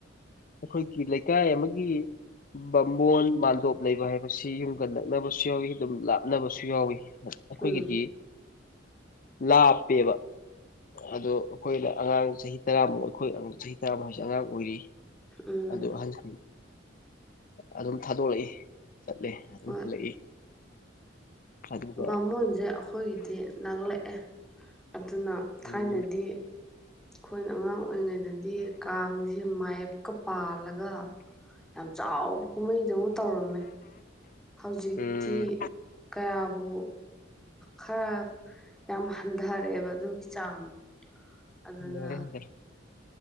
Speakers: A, on the left; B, in the centre.
A: ꯑꯩꯈꯣꯏꯒꯤ ꯂꯩꯀꯥꯏ ꯑꯃꯒꯤ ꯕꯥꯝꯃꯣꯟ ꯃꯥꯟꯗꯣꯞ ꯂꯩꯕ ꯍꯥꯏꯕꯁꯤ ꯌꯨꯝꯒ ꯅꯛꯅꯕꯁꯨ ꯌꯥꯎꯏ ꯑꯗꯨꯝ ꯂꯥꯞꯅꯕꯁꯨ ꯁꯨ ꯌꯥꯎꯏ ꯑꯩꯈꯣꯏꯒꯤꯗꯤ
B: ꯎꯝ
A: ꯂꯥꯞꯄꯦꯕ ꯑꯗꯨ ꯑꯩꯈꯣꯏꯅ ꯑꯉꯥꯡ ꯆꯍꯤ ꯇꯔꯥꯃꯨꯛ ꯑꯩꯈꯣꯏ ꯆꯍꯤ ꯇꯔꯥꯃꯨꯛꯁꯦ ꯑꯉꯥꯡ ꯑꯣꯏꯔꯤ
B: ꯎꯝ
A: ꯑꯗꯨ ꯑꯍꯟꯁꯤꯡ ꯑꯗꯨꯝ ꯊꯥꯗꯣꯛꯂꯛꯏ ꯆꯠꯂꯦ ꯑꯗꯨꯝ
B: ꯍꯣꯏ
A: ꯍꯜꯂꯛꯏ ꯑꯗꯨꯒ
B: ꯕꯥꯃꯣꯟꯁꯦ ꯑꯩꯈꯣꯏꯒꯤꯗꯤ ꯅꯛꯂꯛꯑꯦ ꯑꯗꯨꯅ
A: ꯎꯝ
B: ꯊꯥꯏꯅꯗꯤ ꯑꯩꯈꯣꯏꯅ ꯑꯉꯥꯡ ꯑꯣꯏꯔꯤꯉꯩꯗꯗꯤ ꯀꯥꯡꯁꯦ ꯃꯥꯏꯞꯀ ꯄꯥꯜꯂꯒ ꯌꯥꯝ ꯆꯥꯎꯕ ꯀꯨꯝꯍꯩꯗꯧꯅ ꯇꯧꯔꯝꯃꯦ ꯍꯧꯖꯤꯛꯇꯤ
A: ꯎꯝ
B: ꯀꯌꯥꯕꯨ ꯈꯔ ꯌꯥꯝ ꯍꯟꯊꯔꯛꯑꯦꯕ ꯑꯗꯨꯒꯤ ꯆꯥꯡꯗꯣ ꯑꯗꯨꯅ
A: ꯌꯥꯗꯔꯦ ꯌꯥꯗꯔꯦ